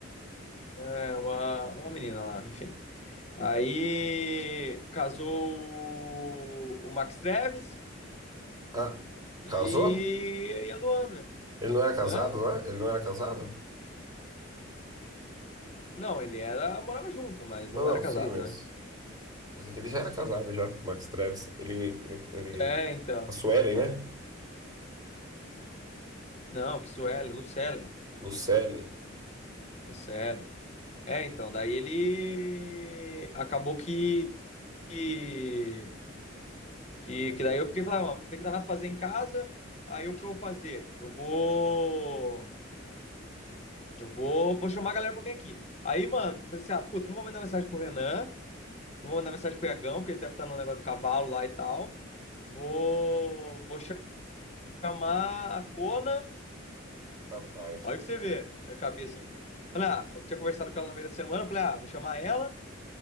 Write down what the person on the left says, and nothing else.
É uma, uma menina lá, enfim. Aí casou o Max Treves
e,
e a Luandra.
Hã?
Não, ele era, morava junto, mas
não
era casado,
né?
É, então.
Não, que Suelen, Lucellen,
Lucellen. É, então, daí ele acabou que que, que
daí eu fiquei falando, mano, tem que dar fazer em casa. Aí o que eu vou fazer? Eu vou eu vou vou chamar a galera pra vir aqui. Aí, mano, eu falei assim: "Ah, puta, não vou mandar mensagem pro Renan, não vou mandar mensagem pro Iagão, porque eles devem estar no negócio do cavalo lá e tal. Vou vou chamar a Cona.
Olha pra você ver, a cabeça. Falei, ah, eu tinha conversado com ela no meio da semana, falei, ah, vou chamar ela